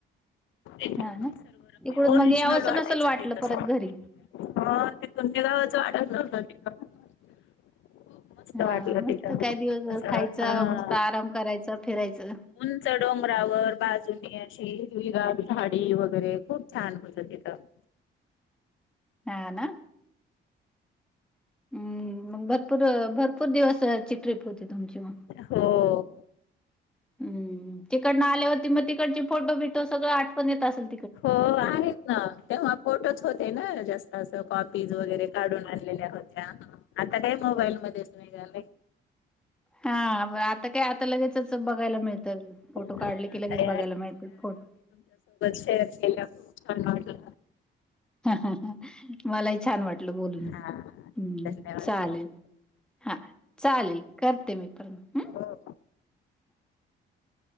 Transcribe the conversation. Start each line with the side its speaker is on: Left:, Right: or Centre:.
Left: एकदम
Centre: हा
Left: निसर्गरम्य
Centre: ना तिकडून
Left: ओरिजनल
Centre: मग यावंसं
Left: वाटायचं
Centre: नसेल वाटलं
Left: ते तस
Centre: परत घरी
Left: हा तिथून ते गावाचं वाटत नव्हत तिथं खूप मस्त वाटलं
Centre: हा मस्त
Left: तिथं
Centre: काय दिवसभर
Left: असं
Centre: खायचं
Left: हा
Centre: मस्त आराम करायचं फिरायचं
Left: उंच डोंगरावर बाजूनी अशी हिरवीगार झाडी वगैरे खूप छान होतात तथं
Centre: हा ना हम् मग भरपूर भरपूर दिवसाची ट्रिप होती तुमची मग
Left: हो
Centre: हम्म तिकडनं आल्यावरती मग तिकडचे फोटो बिटो सगळं आठवणीत असल
Left: हो आहेत ना तेव्हा फोटोच होते ना जास्त अस कॉपीज वगैरे काढून आणलेल्या होत्या आता काय मोबाईल मध्येच निघायलयं
Centre: हा <unintelligible> आता ते आता लगेच बघायला मिळतं फोटो
Left: हा
Centre: काढले की लगेच
Left: ताई
Centre: बघायला मिळत फोटो
Left: तयार केल्या खूप छान वाटलं
Centre: <unintelligible> मलाही छान वाटलं बोलून
Left: हा
Centre: हम्
Left: धन्यवाद
Centre: चालेल
Left: ताई
Centre: हा चालेल करते मी परंत हं
Left: हो